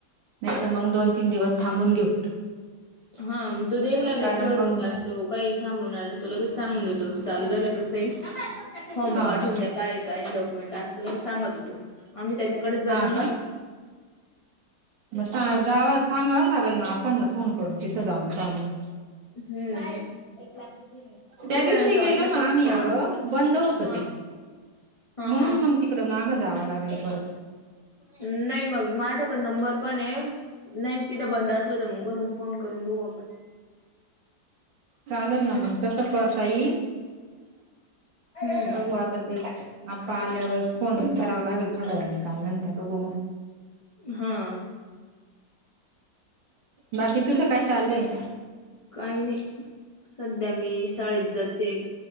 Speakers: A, on the right; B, on the left.
A: नाहीतर मग दोन तीन दिवस थांबून घेऊ.
B: हाग तो देईन लगेच
A: कारण
B: भरून
A: मग
B: कारण तो काही थांबवणार नाही तो लगेच सांगून देतो. चालू झालं कस आहे. फॉर्म
A: हा
B: पाठवून
A: हा
B: द्या काय काय डॉक्युमेंट असल तर सांगत तो आम्ही त्याच्याकडेच जातो
A: हा
B: ना.
A: का मग सा जाव सांगाव लागेल मग आपणला फोन करून तिथं जाऊन जाणून पहा म्हणून.
B: हम्म.
A: त्या
B: तिला
A: दिवशी
B: नाही तर वाटलं
A: गेलो ना
B: तर
A: आम्ही
B: कॉल
A: आगं बंद होत
B: हा
A: ते
B: हा
A: म्हणून
B: हा
A: मग ते तिकड मागं जावं लागले परत.
B: नाही मग माझ्याकडे नंबर पण आहे नाही तिथं बंद असलं तरं मंग घरूंन फोन करूंन बघूं आपणं
A: चालेलं नां मंग तसं करतांई
B: हम्म
A: बघूं आतां ते आप्पा आल्यांवर फोन करांवा लागेल थोड्यां वेळा नं कायं म्हणतां बघूं मंग
B: हां
A: बाकी तुझं कायं चाललंय
B: कांहीं नाहीं संध्या मी शाळेंत जाते आहे